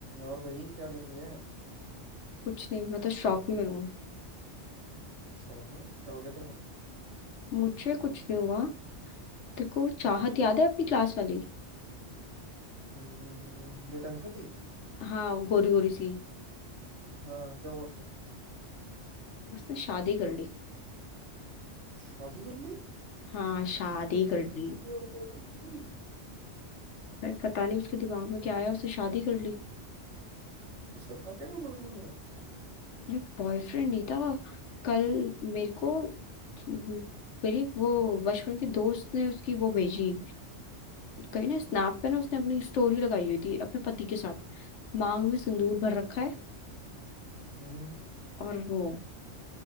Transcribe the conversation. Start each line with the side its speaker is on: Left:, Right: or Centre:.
Right: और भाई क्या कर रही है
Left: कुछ नहीं मैं तो शॉक में हूँ
Right: शौक में क्या हो गया तेरे को
Left: मुझे कुछ नहीं हुआ तेरे को
Right: हम्म
Left: चाहत याद है अपनी क्लास वाली
Right: हम्म, जो टेंथ में थी
Left: हाँ गोरी गोरी सी
Right: हाँ क्या हुआ उसका
Left: उसने शादी कर ली
Right: शादी कर ली
Left: हाँ शादी कर
Right: भाई बीस
Left: ली
Right: की हो तो अभी
Left: अरे पता नहीं उसके दिमाग में क्या आया उसने शादी कर ली
Right: उसका था क्या कोई बॉयफ्रेंड वगैरह
Left: अरे बॉयफ्रेंड नहीं था कल मेरे को हम्म, मेरी वो बचपन के दोस्त ने उसकी वो भेजी कहीं ना स्नैप पे ना उसने अपनी स्टोरी लगाई हुई थी अपने पति के साथ मांग में सिंदूर भर रखा है
Right: हम्म
Left: और वो